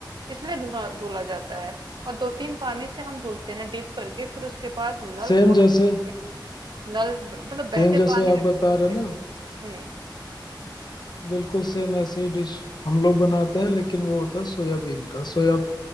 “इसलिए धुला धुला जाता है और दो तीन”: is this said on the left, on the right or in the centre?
Right